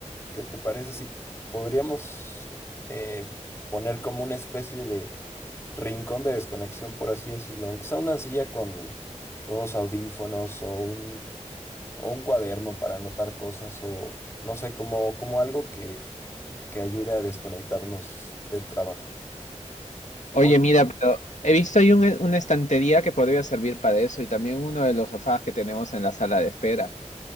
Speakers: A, on the left; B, on the left.
A: ¿qué te parece si podríamos eh, poner como una especie de rincón de desconexión, por así decirlo? Aunque sea una silla con, con unos audífonos o un, o un cuaderno para anotar cosas o no sé, como, como algo que, que ayude a desconectarnos del trabajo.
B: Oye,
A: Por,
B: mira, pero he visto ahí un- e, una estantería que podría servir para eso y también uno de los sofás que tenemos en la sala de espera.